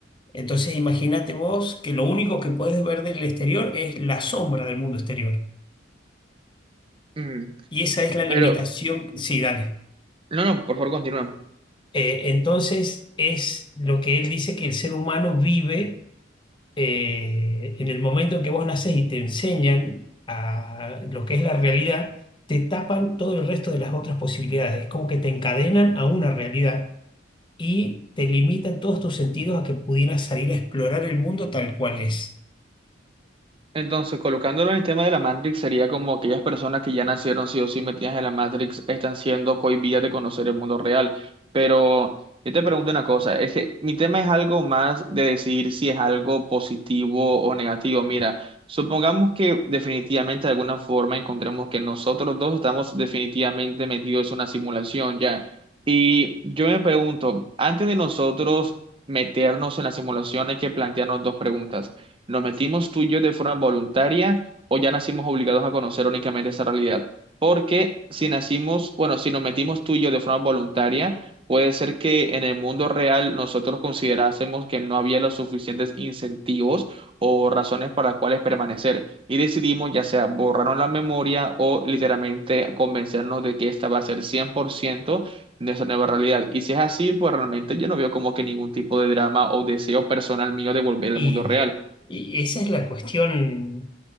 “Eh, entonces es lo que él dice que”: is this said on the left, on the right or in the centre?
Left